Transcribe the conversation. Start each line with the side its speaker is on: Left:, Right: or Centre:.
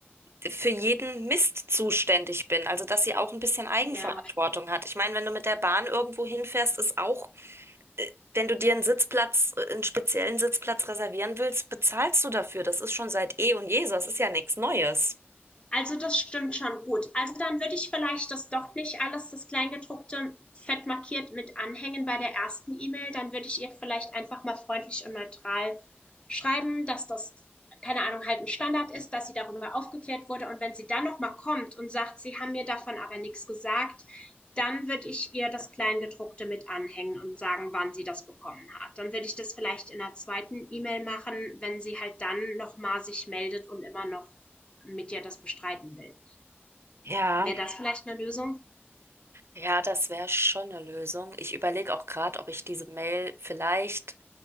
Right: für jeden Mist zuständig bin. Also dass sie auch ein bisschen Eigenverantwortung
Left: Ja.
Right: hat. Ich meine, wenn du mit der Bahn irgendwo hinfährst, ist auch wenn du dir einen Sitzplatz, äh, einen speziellen Sitzplatz reservieren willst, bezahlst du dafür. Das ist schon seit eh und je so. Das ist ja nichts Neues.
Left: Also das stimmt schon gut. Also dann würde ich vielleicht das doch nicht alles, das Kleingedruckte, fett markiert mit anhängen bei der ersten E-Mail. Dann würde ich ihr vielleicht einfach mal freundlich und neutral schreiben, dass das, keine Ahnung, halt ein Standard ist, dass sie darüber aufgeklärt wurde. Und wenn sie dann nochmal kommt und sagt, sie haben mir davon aber nichts gesagt, dann würde ich ihr das Kleingedruckte mit anhängen und sagen, wann sie das bekommen hat. Dann würde ich das vielleicht in der zweiten E-Mail machen, wenn sie halt dann nochmal sich meldet und immer noch mit dir das bestreiten will.
Right: Ja,
Left: Wäre das vielleicht eine Lösung?
Right: ja, das wäre schon eine Lösung. Ich überlege auch gerade, ob ich diese Mail vielleicht